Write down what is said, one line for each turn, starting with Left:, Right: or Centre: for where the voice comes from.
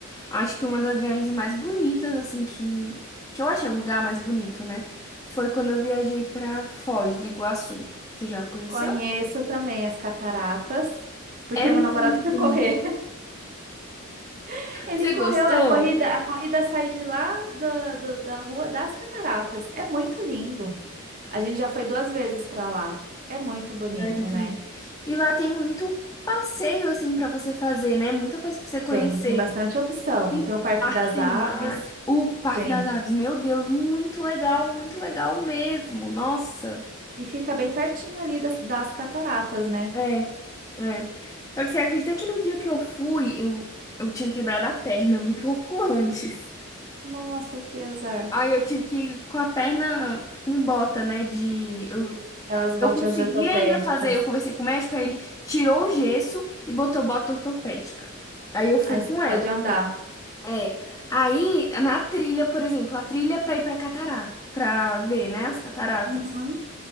Left: Acho que uma das viagens mais bonitas, assim, que, que eu achei o lugar mais bonito, né, foi quando eu viajei pra Foz do Iguaçu. Você já conheceu?
Right: Conheço também as cataratas, porque
Left: É muito
Right: meu namorado foi
Left: bonito.
Right: correr. <laughs> Ele
Left: Você
Right: correu,
Left: gostou?
Right: é corrida, a corrida sai de lá da, do- da Rua das Cataratas. É muito lindo. A gente já foi duas vezes para lá. É muito bonito,
Left: É muito
Right: né?
Left: lindo. E lá tem muito passeio assim pra você fazer, né? Muita coisa pra você conhecer.
Right: Tem, tem bastante opção.
Left: Tem
Right: Tem o Parque
Left: parque
Right: das
Left: temático,
Right: Aves,
Left: o Parque
Right: tem.
Left: das Aves. Meu Deus, muito legal, muito legal mesmo. Nossa.
Right: E fica bem pertinho ali das, das cataratas, né?
Left: É, é. Só que você acredita que no dia que eu fui, eu, eu tinha quebrado a perna <laughs> um pouco antes.
Right: Nossa, que azar.
Left: Aí eu tive que ir com a perna com bota, né? De eu
Right: Aquelas botinhas
Left: Eu consegui
Right: ortopédicas.
Left: ainda fazer, eu conversei com o médico, aí ele tirou o gesso e botou bota ortopédica. Aí eu fui
Right: Aí
Left: com
Right: você pode
Left: ela.
Right: andar.
Left: É. Aí, na trilha, por exemplo, a trilha é pra ir pra catarata, pra ver, né, as cataratas.
Right: Uhum,